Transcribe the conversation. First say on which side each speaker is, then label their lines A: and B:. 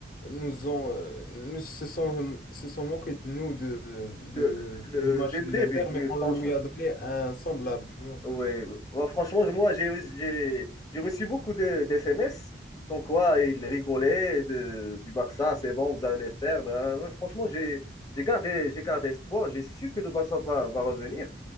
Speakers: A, on the left; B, on the left.
A: nous ont, euh, nous se sont, se sont moqués de nous de, de-
B: de- le-
A: du match
B: dès le
A: de
B: début,
A: l'Inter, mais
B: oui,
A: on
B: franchement.
A: lui a donné un semblable, tu vois.
B: oui, ouais. Ouais, franchement, moi, j'ai j'ai- j'ai reçu beaucoup de, d'SMS, comme quoi ils
A: Ouais.
B: rigolaient de, du Barça, c'est bon, vous allez perdre. hein. Ouais, franchement, j'ai j'ai gardé, j'ai gardé espoir, j'ai su que le Barça va, va revenir.